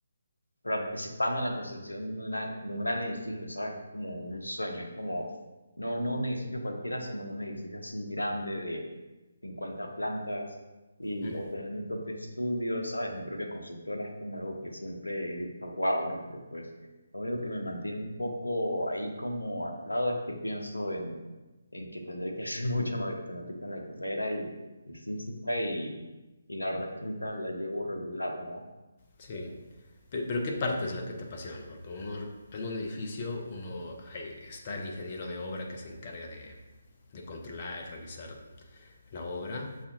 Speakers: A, on the left; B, on the left.
A: participando en la construcción de, una, de un gran edificio, ¿sabes? Es como un sueño, es como, no, no un edificio cualquiera, sino un edificio así grande de 50 plantas y
B: Mm,
A: o tener mi propio estudio, ¿sabes? Mi propia constructora es como algo que siempre he dicho, wow, ¿no? Pero pues lo único que me mantiene un poco ahí como atado es que pienso en, en que tendré que hacer <laughs> mucha matemática en la carrera y, y física y, y la verdad es que ahorita la llevo regular, ¿no?
B: Sí. Pero, pero ¿qué parte es la que te apasiona? Porque uno en un edificio, uno ahí está el ingeniero de obra que se encarga de, de controlar y revisar la obra.